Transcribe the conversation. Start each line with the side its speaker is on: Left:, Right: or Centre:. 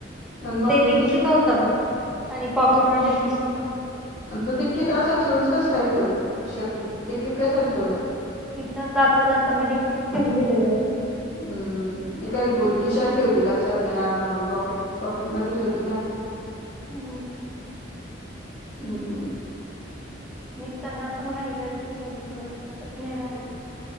Left: आणि मग
Centre: ते
Left: तुला
Centre: टिकत
Left: दिसलं
Centre: होत अ आणि पॉकेटमध्ये किशर्त होतो
Left: तू िक्कीत असं ठेवूच कास काय ठेवू शक्ती िक्कीत कशाला ठेवल
Centre: किचन जाता जाता मी डिककीट ठेवून दिलेल
Left: हम्म एखादी पोरी खिशात ठेवती लक्षात नाही राहणार म्हणून पॉकेट पॉकेटमध्येध्ये ठेवती ना <inaudible>
Centre: हो
Left: हम्म हम्म
Centre: निघताना पण घाई गाईच नाही गजून मग लक्षातच नाही राहिला